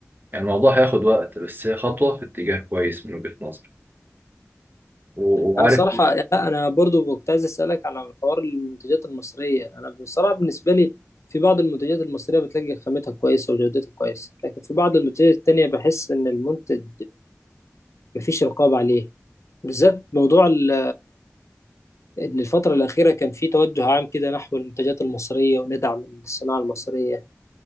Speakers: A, on the right; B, on the left.
A: يعني الموضوع هياخد وقت بس هي خطوة في اتجاه كويس من وجهة نظري و-
B: انا
A: وعارف
B: صراحه يعني لا انا برضو كنت عايز اسالك على حوار المنتجات المصريه انا بصراحه بالنسبه لي في بعض المنتجات المصريه بتلاقي خامتها كويسه وجودتها كويسه لكن في بعض المنتجات التانية بحس ان المنتج مفيش رقابه عليه بالذات موضوع ال- ان الفتره الاخيره كان في توجه عام كده نحو المنتجات المصريه وندعم الصناعه المصريه